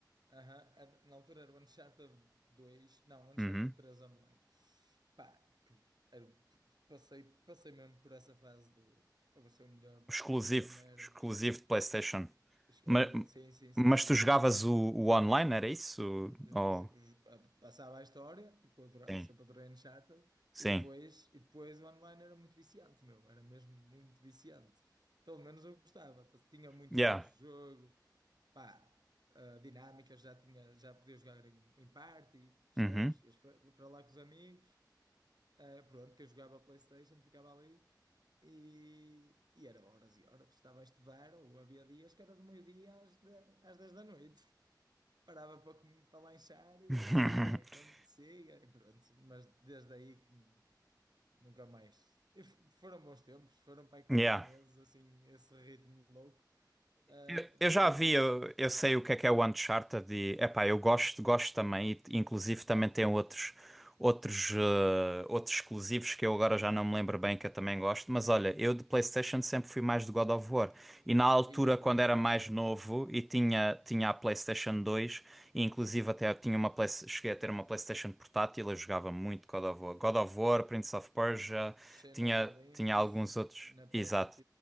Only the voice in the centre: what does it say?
Uhum.
Exclusivo.
Exclusivo de PlayStation.
Mas,
mas
tu
jogavas o, o online, era isso?
Oh,
sim.
Sim.
Yeah.
Uhum.
<laughs>
Yeah.
Eu,
eu já vi,
eu, eu sei o que é que é o Uncharted e, epá, eu gosto, gosto também e inclusive também tem outros outros eh, outros exclusivos que eu agora já não me lembro bem que eu também gosto, mas olha, eu de PlayStation sempre fui mais de God of War e na altura
quando era mais
novo e tinha tinha a PlayStation 2 e inclusive até eu tinha uma Play- cheguei a ter uma PlayStation portátil, eu jogava muito God of War, God of War, Prince of Persia,
tinha
tinha alguns outros.
Exato.